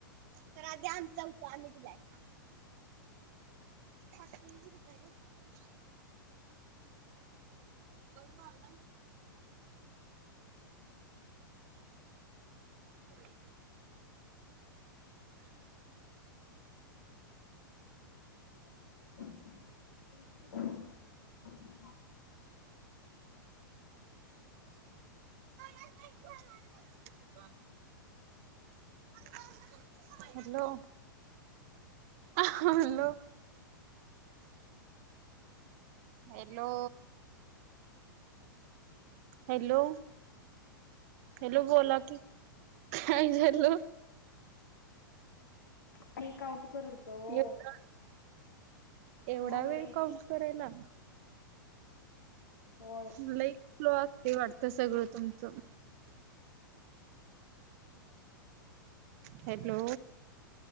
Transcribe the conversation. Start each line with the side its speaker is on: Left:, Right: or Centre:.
Right: तर आधी आमचा हुता आमी दिलाय. फ <unintelligible>
Left: <unintelligible>
Right: मारला <unintelligible>
Left: <unintelligible>
Right: ह <unintelligible>
Left: <inaudible>
Right: कामा <unintelligible> हॅलो अ हं हॅलो हॅलो हॅलो हॅलो बोला की काय झालं.
Left: टेक आउट करत होतो.
Right: एवढा एवढा
Left: होय
Right: वेळ काउंट करायला.
Left: होय
Right: मला एक फ्लो असते वाटतं सगळं तुमचं हॅलो,